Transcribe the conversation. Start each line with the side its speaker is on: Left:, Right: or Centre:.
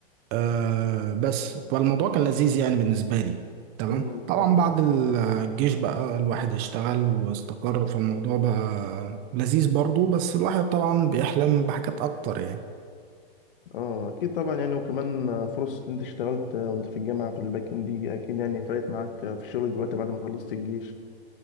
Right: آه بس فالموضوع كان لذيذ يعني بالنسبة لي تمام
Left: مم،
Right: طبعا
Left: أكيد
Right: بعد ال- الجيش بقى الواحد اشتغل واستقر فالموضوع بقى لذيذ برضو بس الواحد طبعا بيحلم بحاجات أكتر يعني
Left: اه اكيد طبعا يعني وكمان فرصة ان انت اشتغلت وانت في الجامعة في الباك اند دي اكيد يعني فرقت معاك في الشغل دلوقتي بعد ما خلصت الجيش